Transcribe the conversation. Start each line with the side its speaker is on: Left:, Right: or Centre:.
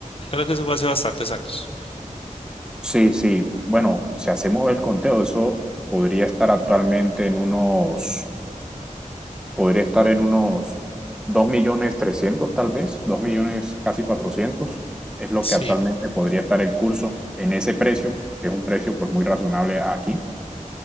Left: Claro que eso fue hace bastantes años.
Centre: Sí, sí. Bueno, si hacemos el conteo, eso podría estar actualmente en unos, podría estar en unos dos millones trescientos tal vez, dos millones casi 400 es lo
Left: Sí.
Centre: que actualmente podría estar el curso en ese precio, que es un precio pues muy razonable aquí.